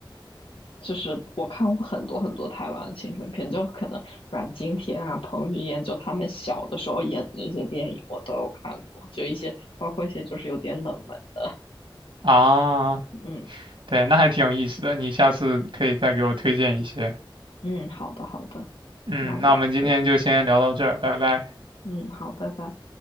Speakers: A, on the left (about 90°); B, on the right (about 70°).
A: 就是我看过很多很多台湾的青春片，就可能阮经天啊、彭于晏，就他们小的时候演的那些电影，我都有看过，就一些包括一些就是有点冷门的，
B: 啊，
A: 嗯
B: 对，那还挺有意思的，你下次可以再给我推荐一些。
A: 嗯，好的好的，
B: 嗯，
A: 那我我
B: 那我们今天就先聊到这儿，拜拜。
A: 嗯好，拜拜。